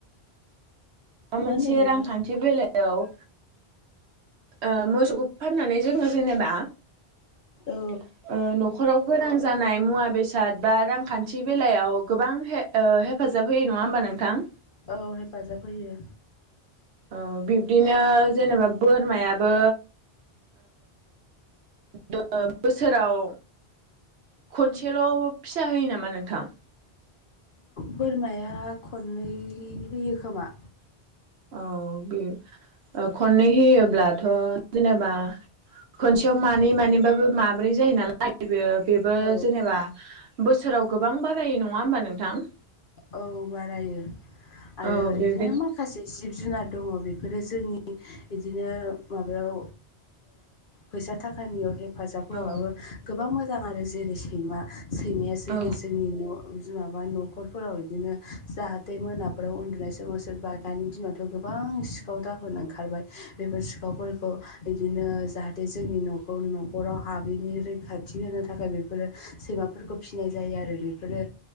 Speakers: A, on the right; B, on the left.
A: माबा मोनसे
B: मा होनदों नोंथां
A: रांखान्थि बेलायाव ओ मोसौखौ फाननानै जोङो जेनेबा ओ
B: औ
A: नखराव गोनां जानाय मुवा बेसाद बा रांखान्थि बेलायाव गोबां हेफाजाब होयो नङा होमबा नोंथां?
B: औ हेफाजाब होयो
A: औ बिब्दिनो जेनेबा बोरमायाबो बोसोराव खनसेल फिसा होयो नामा नोंथां?
B: बोरमाया खननै होयो खोमा।
A: औ बे खननै होयोब्लाथ जेनेबा खनसेयाव मानै
B: औ
A: मानैबाबो माब्रै जायो नालाय बेयो बेबो
B: औ
A: जेनेबा बोसोराव गोबां बारायो नङा होमबा नोंथां?
B: औ बारायो आरो
A: औ बेबाय
B: बिदिनो माखासे जि जिब जुनार दङ बेफोरो जोंनि बिदिनो माबायाव फैसा थाखानियावहे हेफाजाब होआबाबो
A: औ
B: गोबां मोजां आरो जेरै सैमा सैमाया जेरै
A: औ
B: जोंनि न माबा न नखरफोराव बिदिनो जाहाथे मोनाफोराव उन्दुनाय समाव सोरबा दानि दिनावथ गोबां सिखाव द सिफोरनो ओंखारबाय बेफोर सिखावफोरखौ बिदिनो जाहाथे जोंनि नखौ नखराव हाब नि रैखाथि होनो थाखाय बेफोरो सैमाफोरखौ फिसिनाय जायो आरो बेफोरो